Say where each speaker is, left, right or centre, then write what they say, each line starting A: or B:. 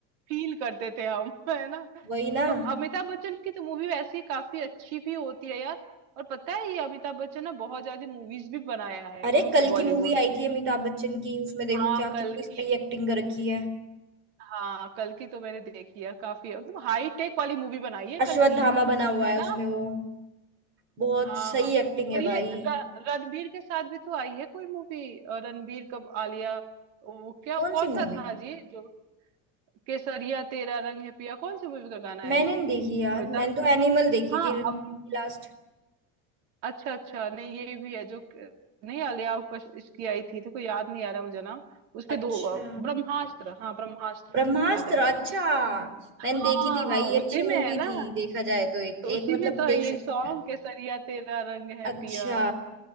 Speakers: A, on the right; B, on the right.
A: फील करते थे हम <laughs> है ना
B: वही ना
A: तो अमिताभ बच्चन की तो मूवी वैसे ही काफी अच्छी भी होती है यार और पता है ये अमिताभ बच्चन ने बहुत ज्यादा मूवीज भी बनाया है
B: अरे कल
A: बॉलीवुड
B: की मूवी आई
A: में
B: थी अमिताभ बच्चन की उसमें देखो
A: हाँ
B: क्या
A: कल
B: कितनी सही
A: की
B: एक्टिंग कर रखी है
A: हाँ कल की तो मैंने देखी है काफी मतलब हाई टेक वाली मूवी बनाई है कल
B: अश्वत्थामा
A: की
B: बना हुआ
A: है
B: है
A: ना
B: उसमें वो बहुत
A: हाँ
B: सही
A: हाँ
B: एक्टिंग है
A: और ये
B: भाई
A: र- रणबीर के साथ भी तो आई है कोई मूवी रणबीर कब आलिया वो क्या
B: कौन
A: कौन
B: सी
A: सा
B: मूवी
A: था जी जो केसरिया तेरा रंग है पिया कौन सी मूवी का गाना
B: मैंने
A: है ये
B: नहीं देखी यार
A: अमिताभ
B: मैंने तो एनिमल देखी
A: हाँ
B: थी रणवीर
A: अब
B: की लास्ट
A: अच्छा अच्छा नहीं ये भी है जो क- नहीं आलिया कश इसकी आई थी तो कोई याद नहीं आ रहा मुझे नाम उसके
B: अच्छा
A: दो अ, ब्रह्मास्त्र हाँ ब्रह्मास्त्र
B: ब्रह्मास्त्र
A: याद आ गया
B: अच्छा मैंने
A: हाँ
B: देखी थी भाई
A: हाँ
B: ये
A: उसी
B: अच्छी मूवी
A: में है ना
B: थी देखा जाए तो एक
A: तो उसी
B: एक मतलब
A: में तो है
B: देख
A: ये
B: सकते
A: सॉन्ग
B: हैं
A: केसरिया तेरा रंग
B: अच्छा
A: है पिया